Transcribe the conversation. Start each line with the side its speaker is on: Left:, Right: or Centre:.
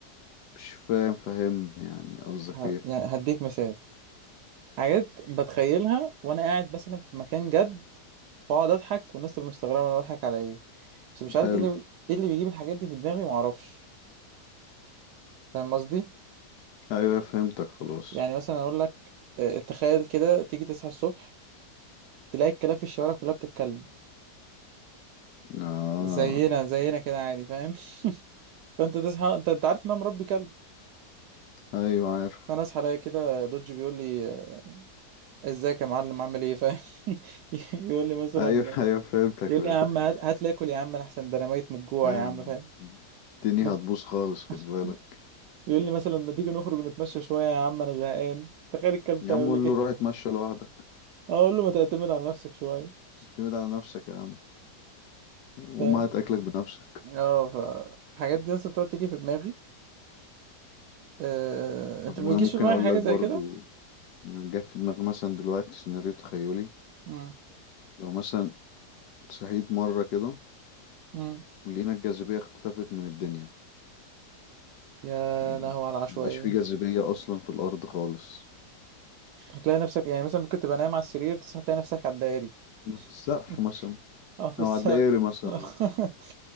Left: مش فاهم فهمني يعني قصدك
Right: ه...
Left: ايه
Right: يعني هديك مثال حاجات بتخيلها وأنا قاعد مثلا في مكان جد وأقعد أضحك والناس تبقى مستغربة أنا بضحك على إيه بس مش عارف
Left: حلو
Right: إيه اللي إيه اللي بيجيب الحاجات دي في دماغي معرفش فاهم قصدي؟
Left: ايوه فهمتك خلاص
Right: يعني مثلا أقول لك آه، تخيل كده تيجي تصحى الصبح تلاقي الكلاب في الشوارع كلها بتتكلم
Left: اه
Right: زينا زينا كده عادي فاهم <laughs> فانت تصحى انت انت عارف ان انا مربي كلب
Left: ايوه عارف
Right: فانا اصحى الاقي كده دوج بيقول لي آه، ازيك يا معلم عامل ايه فاهم <laughs> يقول لي مثلا
Left: ايوه <laughs> ايوه فهمتك
Right: يقول
Left: فهمتك
Right: لي يا عم هات هات لي اكل يا عم احسن ده انا ميت من الجوع
Left: لا
Right: يا
Left: يا
Right: عم
Left: عم
Right: فاهم
Left: الدنيا
Right: ما-
Left: هتبوظ خالص خد
Right: <laughs>
Left: بالك
Right: يقول لي مثلا ما تيجي نخرج نتمشى شويه يا عم انا زهقان تخيل الكلب ده
Left: يا عم
Right: يقول
Left: قول
Right: لي كده
Left: له روح
Right: <laughs>
Left: اتمشى لوحدك
Right: اقول له ما تعتمد على نفسك شويه
Left: اعتمد على نفسك يا عم وما
Right: فاهم
Left: هات اكلك بنفسك
Right: اه ف الحاجات دي اصلا بتقعد تيجي في دماغي آه...
Left: طب
Right: انت
Left: ما
Right: ما بيجيش
Left: انا ممكن
Right: في دماغك
Left: اقول
Right: حاجه
Left: لك
Right: زي
Left: برضو
Right: كده
Left: جت في دماغي مثلا دلوقتي سيناريو تخيلي
Right: امم
Left: لو مثلا صحيت مرة كده
Right: امم
Left: ولقينا الجاذبية اختفت من الدنيا
Right: يا
Left: يعني
Right: لهو على العشوائيه
Left: مبقاش في جاذبية اصلا في الارض خالص
Right: هتلاقي نفسك يعني مثلا ممكن تبقى نايم على السرير تصحى تلاقي نفسك على الدائري
Left: في السقف
Right: <laughs>
Left: مثلا
Right: اه في
Left: او
Right: السقف
Left: على الدائري مثلا
Right: <laughs>